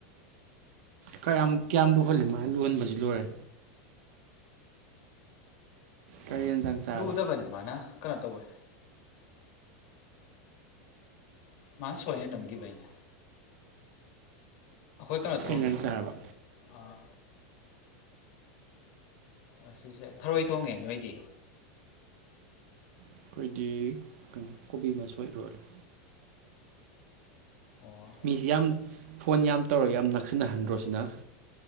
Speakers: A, on the right; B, on the left.
A: ꯀꯌꯥꯝ ꯀꯌꯥꯝ ꯂꯨꯍꯜꯂꯤ ꯃꯥꯅ ꯂꯨꯍꯟꯕꯁꯤ ꯂꯣꯏꯔꯦ ꯀꯔꯤ ꯌꯦꯟꯖꯥꯡ ꯆꯥꯔꯕ
B: ꯂꯨꯗꯕꯅꯦ ꯃꯥꯅ ꯀꯩꯅꯣ ꯇꯧꯋꯦ ꯃꯥ ꯁꯣꯏꯌꯦ ꯅꯝꯒꯤꯕꯩꯅꯦ ꯑꯈꯣꯏ ꯀꯩꯅꯣ
A: ꯀꯩ
B: ꯊꯣꯡꯉꯦ
A: ꯌꯦꯟꯖꯥꯡ ꯆꯥꯔꯕ
B: ꯑꯥ ꯑꯁꯤꯁꯦ ꯊꯔꯣꯏ ꯊꯣꯡꯉꯦ ꯅꯣꯏꯗꯤ
A: ꯑꯩꯈꯣꯏꯗꯤ ꯀꯩꯅꯣ ꯀꯣꯕꯤ ꯃꯆꯣꯏ ꯏꯔꯣꯜꯂꯦ
B: ꯑꯣ
A: ꯃꯤꯖꯦ ꯌꯥꯝ ꯐꯣꯟ ꯌꯥꯝ ꯇꯧꯔꯒ ꯌꯥꯝ ꯅꯛꯁꯤꯟꯅꯍꯟꯗ꯭ꯔꯣ ꯁꯤꯅ